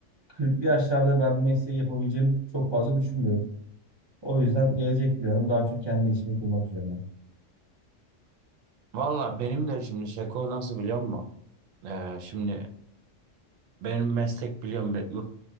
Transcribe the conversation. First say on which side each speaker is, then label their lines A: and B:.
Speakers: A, on the right (about 30°); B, on the right (about 85°).
A: 40'lı yaşlarda ben bu mesleği yapabileceğimi çok fazla düşünmüyorum. O yüzden gelecek planım daha çok kendi işimi kurmak üzerine.
B: Valla benim de şimdi Seko nasıl biliyor musun? Ee, şimdi benim meslek biliyorum yurt